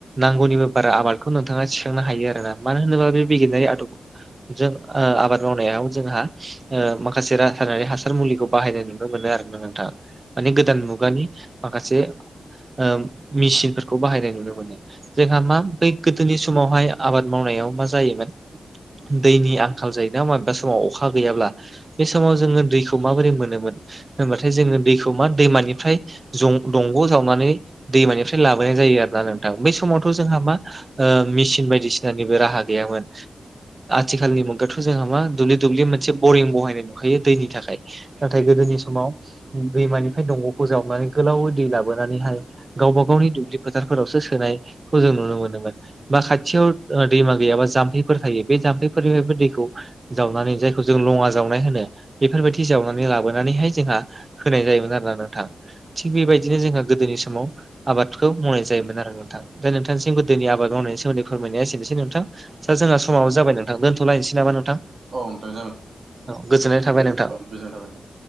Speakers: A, on the right; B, on the right.
A: नांगौनिबो बारा आबादखौ नोंथांआ थिखांनो हायो आरोना मानो होनोबा बे बिगियारि आदबखौ जों ओ आबाद मावनायाव जोंहा ओ माखासे रासायनारि हासार मुलिखौ बाहायनाय नुनो मोनो आरो ना नोंथां माने गोदान मुगा मुगानि माखासे ओ मेसिनफोरखौ बाहायनाय नुनो मोनो जोंहा मा बै गोदोनि समावहाय आबाद मावनायाव मा जायोमोन दैनि आंखाल जायो ना दा समाव अखा गैयाब्ला बे समाव जोङो दैखौ माबोरै मोनोमोन होनबाथाय जोङो दैखौ मा दैमानि आमफ्राय जं दंग' जावनानै दैमानिफ्राय लाबोनाय जायो आरो ना नोंथां बै समावथ' जोंहा मा ओ मेचिन बायदिसिनानिबो राहा गैयामोन आथिखालनि मुगायावथ' जोंहा मा दुब्लि दुब्लि मोनसे बरिं बहायनाय नुखायो दैनि थाखाय नाथाय गोदोनि समाव दैमानिफ्राय दंग'खौ जावनानै गोलावै दै लाबोनानैहाय गावबा गावनि दुब्लि फोथारफोरावसो सोनायखौ जों नुनो मोनदोंमोन बा खाथिआव ओ दैमा गैयाबा जाम्फैफोर थायो बे जाम्फैफोरनिफ्रायबो दैखौ जावनानै जायखौ जों लंआ जावनाय होनो बेफोरबादि जावनानै लाबोनानैहाय जोंहा होनाय जायोमोन आरोना नोंथां थिग बेबादिनो जोंहा गोदोनि समाव आबादखौ मावनाय जायोमोन आरो नोंथां दा नोंथांनिसिम गोदोनि आबाद मावनायनि सोमोन्दै फोरमायनाया एसेनोसै नोंथां दख जोंहा समाबो जाबाय नोंथां दोन्थ'लायनोसै नामा नोंथां
B: औ नोंथां
A: औ गोजोननाय थाबाय नोंथां
B: गोजोनाय थाबाय‌‌ नोंथां